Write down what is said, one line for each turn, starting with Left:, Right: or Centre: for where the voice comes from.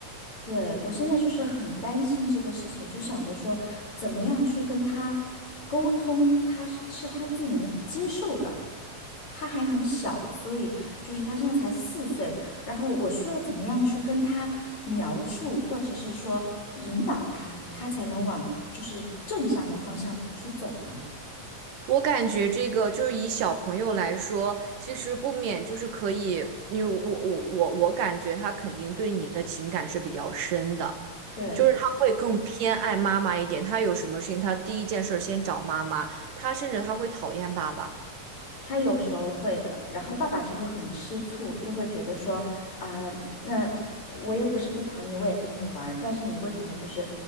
Left: 对，我现在就是很担心这个事情，就想着说怎么样去跟他沟通，他是是他最能接受的。他还很小，所以就是他现在才四岁，然后我需要怎么样去跟他描述，或者是说引导他，他才能往就是正向的方向去走呢？
Right: 我感觉这个就是以小朋友来说，其实不免就是可以，因为我我我我感觉他肯定对你的情感是比较深的，
Left: 对，
Right: 就是他会更偏爱妈妈一点，他有什么事情他第一件事儿先找妈妈，他甚至他会讨厌爸爸。
Left: 他有时候会的，然后爸爸就会很吃醋，就会觉得说，啊、那我又不是不疼你，我也陪你玩儿但是你为什么就是